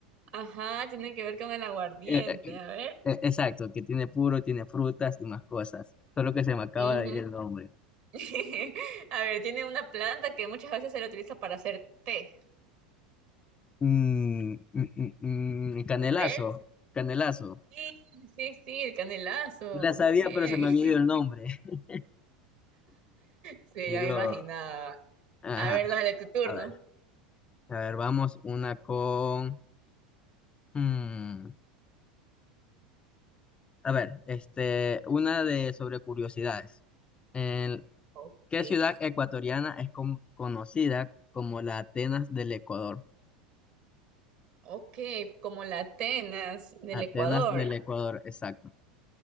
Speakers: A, on the right (about 60°); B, on the left (about 25°).
A: Ajá, tiene que ver con el aguardiente.
B: Eh, eh,
A: A ver.
B: eh, Exacto, que tiene puro, tiene frutas y más cosas. Solo que se me acaba
A: Ujú.
B: de ir el nombre.
A: <laughs> A ver, tiene una planta que muchas veces se la utiliza para hacer té.
B: Mm, mm, mm, mm, mm, canelazo,
A: A ver,
B: canelazo.
A: sí, sí, sí, el canelazo,
B: La
A: muy
B: sabía,
A: bien.
B: pero se me
A: <laughs>
B: había ido el nombre. <laughs>
A: Sí,
B: Lo-
A: ya me imaginaba.
B: ajá,
A: A ver, dale tu turno.
B: a ver, a ver, vamos una con... mm, a ver, este, una de sobre curiosidades. En-
A: Ok,
B: ¿qué ciudad ecuatoriana es con- conocida como la Atenas del Ecuador?
A: ok, como la Atenas del
B: Atenas
A: Ecuador.
B: del Ecuador, exacto.